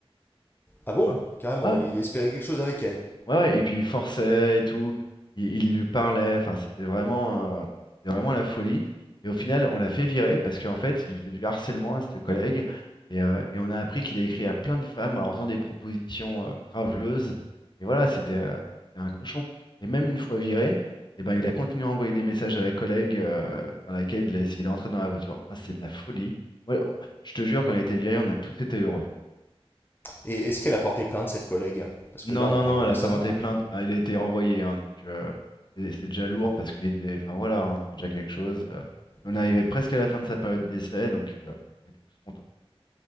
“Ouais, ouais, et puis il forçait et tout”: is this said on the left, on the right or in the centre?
Left